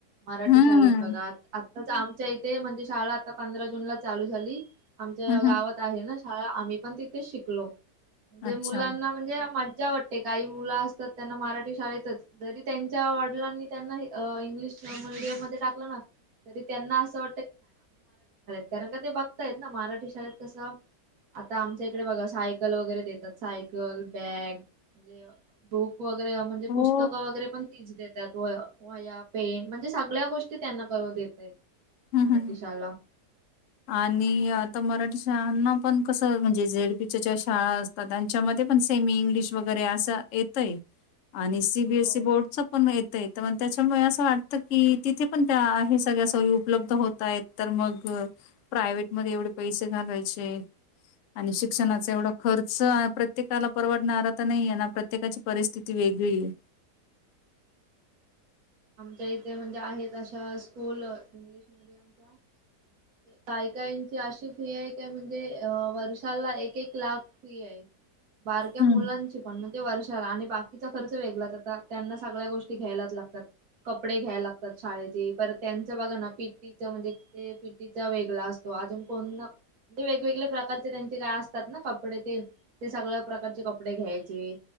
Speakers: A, on the right; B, on the left.
A: मराठी
B: हम्म
A: शाळेत बघा आताच आमच्या इथे म्हणजे शाळा आता पंधरा जून ला चालू झाली आमच्या
B: हम्म
A: गावात
B: हम्म
A: आहे ना शाळा आम्ही पण तिथेच शिकलो म्हणजे
B: अच्छा
A: मुलांना म्हणजे मला वाटते काही मुलं असतात त्यांना मराठी शाळेतच जरी त्यांच्या वडिलांनी त्यांना इंग्लिश किंवा मिडीयम मध्ये टाकलं ना, तरी त्यांना असं कारण का ते बघतायेत ना, मराठी शाळेत कसं आता आमच्या इकडे बघा सायकल वगैरे देतात. सायकल, बॅग आणि बुक वगैरे म्हणजे
B: हो
A: पुस्तकं वगैरे पण तिंची देत तात. व वह्या, पेन म्हणजे सगल्या गोष्टी त्यांना करू देतायेत.
B: हम्म
A: मराठी
B: हम्म
A: शाला
B: आणि आता मराठी शाळांनापण कसं म्हणजे झेडपीच्या ज्या शाळा असतात. त्यांच्यामध्ये पण सेमी इंग्लिश वगैरे असं येतय आणि सीबीएसई
A: हो
B: बोर्डचपण येतंय. तर मग त्याच्यामुळे असं वाटतं की, तिथेपण त्या हे सगळ्या सोयी उपलब्ध होत आहेत. तर मग प्रायव्हेटमध्ये एवढे पैसे घालावायचे. आणि शिक्षणाचा
A: तेच तेच
B: एवढा खर्च हा प्रत्येकाला परवडणारा तर नाही आहे ना. प्रत्येकाची परिस्थिती वेगळी आहे.
A: त्या इथे म्हणजे आहेत, अशा स्कूल इंग्लिश मिडियमच्या काय काइंची आशी फी आहे, काय म्हणजे वर्ष एक एक लाख फी आहे, बारक्या
B: हम्म.
A: मुलांचीपण मग ते वर्षाला आणि बाकिचा खर्च वेगळाच आता त्यांना सगळ्या गोष्टी घ्यायलाच लागतात. कपडे घ्या लागतात शाळेची तर त्यांचं बघा ना, पीटीचं म्हणजे ते पितीचं वेगळा असतो. अजून कोण <unintelligible> ते वेगवेगळं प्रकारचे त्यांचे काय असतात ना कपडे ते, ते सगळं प्रकारचे कपडे घ्यायचे.